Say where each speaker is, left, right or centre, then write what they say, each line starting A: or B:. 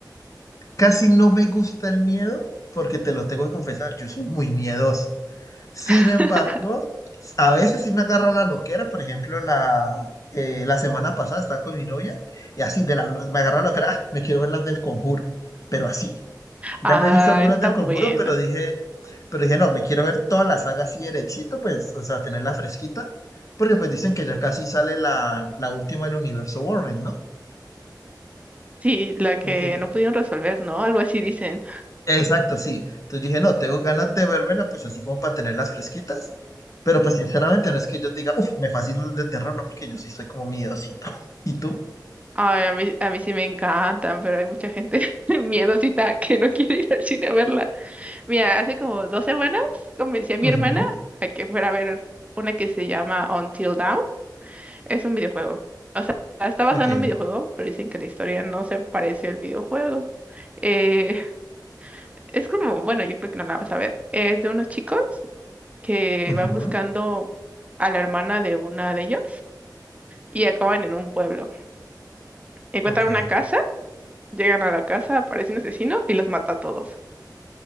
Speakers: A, on the left; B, on the right.
A: Casi no me gusta el miedo porque te lo tengo que confesar, yo soy muy miedoso. Sin
B: <laughs>
A: embargo, a veces sí me agarra la loquera, por ejemplo, la, eh, la semana pasada estaba con mi novia y así de la, me agarra la loquera, "Ah, me quiero ver las del Conjuro, pero así. Ya
B: Ah,
A: me he visto algunas
B: es
A: del
B: tan
A: Conjuro,
B: buena.
A: pero dije, pero dije, no, me quiero ver toda la saga así de éxito, pues, o sea, tenerla fresquita, porque pues dicen que ya casi sale la, la última del universo Warren, ¿no?
B: Sí, la
A: Como
B: que
A: que
B: no pudieron resolver, ¿no? Algo así dicen.
A: Exacto, sí. Entonces dije, no, tengo ganas de vérmela, pues así como para tenerlas fresquitas. Pero pues sinceramente no es que yo diga, uff, me fascina el de terror, no, porque yo sí soy como miedosito. <laughs> ¿Y tú?
B: Ay, a mí, a mí sí me encantan, pero hay mucha gente <laughs> miedosita que no quiere ir al cine a verla. Mira, hace como dos semanas convencí a mi
A: Ujú,
B: hermana a que fuera a ver una que se llama Until Dawn. Es un videojuego. O sea, está basado
A: Ok,
B: en un videojuego, pero dicen que la historia no se parece al videojuego. Eh, <laughs> es como, bueno, yo creo que no la vas a ver. Es de unos chicos que
A: ujú,
B: van buscando a la hermana de una de ellos y acaban en un pueblo. Encuentran
A: ok,
B: una casa Llegan a la casa, aparece un asesino y los mata a todos.